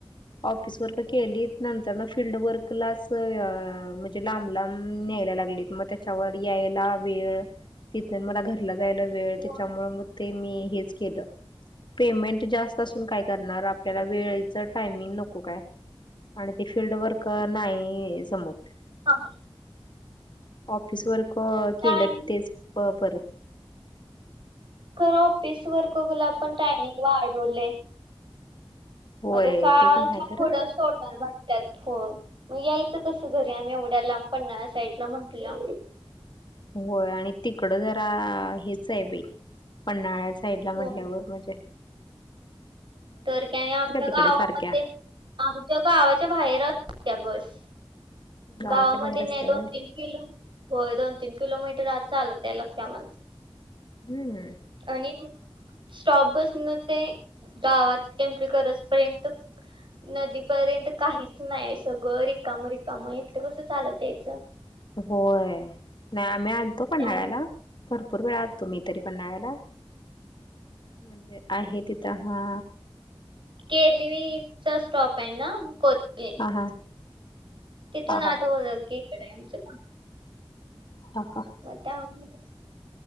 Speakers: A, on the left (about 55°); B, on the right (about 55°).
A: ऑफिस वर्क केलीत नंतर म फिल््ड वर्कलाच म्हणजे लांब लांब न्यायला लागलीत. मग त्याच्यावर यायला वेळ तिथ मला घरला जायला वेळ
B: होय
A: त्याच्यामु मग ते मी हेच केलं पेमेंट जास्त असून काय. करणार आपल्याला वेळेच टायमिंग नको काय. आणि ते फिल््ड वर्कर नाही समत.
B: हां ब
A: ऑफिस वरक
B: टायमिंग
A: केलं तेच बर.
B: खर ऑफिस वर्कला आपण टायमिंग वाढवले.
A: होय
B: आता सा
A: ते पण आहे खरं
B: पुुड सोडणार भट्ट्यात हो. मग यायचं कसं घर आम्ही एवढ्या लांब पन्नाळा साईडला म्हटलं.
A: होय आणि तिकडं जरा हेच आहे बाई. पन्हाळ्या साईड ला म्हटल्यावर
B: हो
A: म्हजे
B: तर त्या आमच्या
A: तिकडे
B: गावामध्ये
A: सारख्या
B: आमच्या गावाच्या बाहेरचत्या बस
A: गावाच्या
B: गावामध्ये
A: बाहेर
B: नाही
A: असत्या
B: दोन
A: व्हय
B: तीन किलो होय दोन तीन किलोमीटर आज चालत लगते आम्हाला.
A: हम्म हम्.
B: आणि स्टॉप पासन ते गावात एंट्री करतपर्यंत नदीपर्यंत काहीच नाही सगळं रिकामं रिकामं एकटं कसं चालत यायाचं?
A: होय, नाही आम्ही आलतो पन्हाळ्याला
B: हम्म
A: भरपूर वेळ आलतो मी तरी. पन्हाळाला म्हणजे आहे तिथं हा.
B: केरली चा स्टॉप आहे ना को ये
A: हा हा
B: तिथून
A: हा
B: आता
A: हा
B: की इकडे आहे आमचं नाव.
A: ह का.
B: मग त्यामुळे